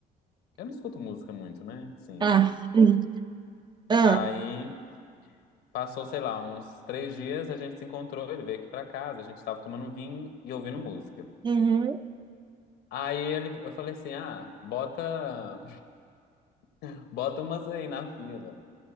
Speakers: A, on the left (about 80°); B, on the right (about 25°).
A: Eu não escuto música muito, né? Sim.
B: Ah, hum, ah,
A: Aí passou, sei lá, uns três dias, a gente se encontrou, ele veio aqui pra casa, a gente tava tomando vinho e ouvindo música.
B: uhum,
A: Aí ele, eu falei assim, ah, bota, <laughs> bota umas aí na fila.